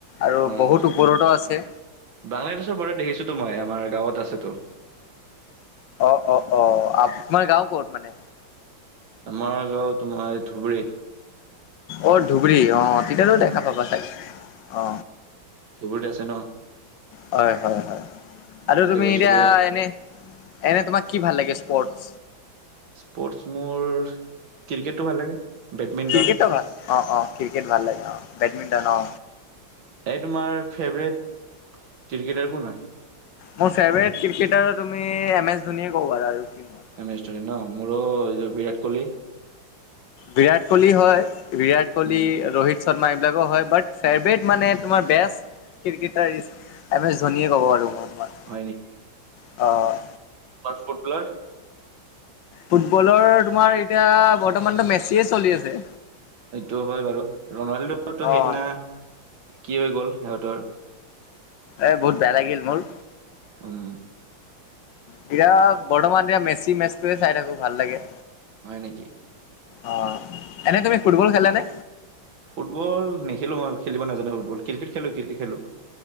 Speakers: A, on the left; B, on the right.
A: আৰু
B: অ
A: বহুত
B: আচ্ছা
A: ওপৰতো আছে।
B: বাংলাদেশৰ পৰা দেখিছোতো মই আমাৰ গাঁৱত আছেতো
A: অ অ অ আ মাৰ গাঁও ক'ত মানে?
B: আমাৰ গাঁও তোমাৰ এই ধুবুৰী
A: অ ধুবুৰী অ, তেতিয়াতো
B: অ
A: দেখা পাবা চাগে, অ
B: ধুবুৰীত আছে ন
A: হয় হয় হয় আৰু
B: তাতে
A: তুমি
B: গৈছিলো
A: এতিয়া এনে এনে তোমাক কি ভাল লাগে স্পৰ্টছ?
B: স্পৰ্টছ মোৰ ক্ৰিকেটতো ভাল লাগে। বেডমিণ্টন
A: ক্ৰিকেটতো ভাল। অ অ ক্ৰিকেট ভাল লাগে অ বেডমিণ্টন অ।
B: এই তোমাৰ ফেভৰেট ক্ৰিকেটাৰ কোন হয়
A: মোৰ ফেভৰেট ক্ৰিকেটাৰ তুমি এম এছ ধোনীয়ে ক'ব পাৰা আৰু কিনো আৰু
B: এম এছ ধোনি ন মোৰো এই যে বিৰাট কোহলি
A: বিৰাট কোহলি হয় বিৰাট কোহলি
B: উম
A: ৰোহিত শৰ্মা এইবিলাকো হয় বাট ফেভৰেট মানে তোমাৰ বেষ্ট ক্ৰিকেটাৰ এম এছ ধোনীয়েে ক'ব পাৰো মই তোমাৰ
B: হয় নেকি
A: অ
B: তোমাৰ ফুটবলাৰ
A: ফুটবলৰ তোমাৰ এতিয়া বৰ্তমানতো মেচিয়ে চলি আছে।
B: সেইটো হয় বাৰু, ৰনাল্ডোতো
A: অ'
B: সেইদিনা কি হৈ গ'ল সিহঁতৰ
A: এ বহুত বেয়া লাগিল মোৰ
B: উম
A: এতিয়া বৰ্তমান এতিয়া মেচি মেচটোৱে চাই থাকো ভাল লাগে।
B: হয় নেকি
A: অ এনে তুমি ফুটবল খেলা নে
B: ফুটবল নেখেলো মই খেলিব নাজানো ফুটবল ক্ৰিকেট খেলো ক্ৰিকেট খেলো